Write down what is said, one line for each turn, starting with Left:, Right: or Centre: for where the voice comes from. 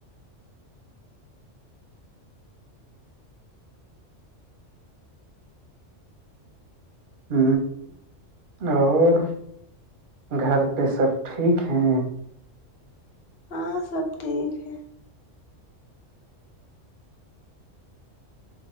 Right: ہ اور گھر پہ سب ٹھیک ہے
Left: ہاں سب ٹھیک ہے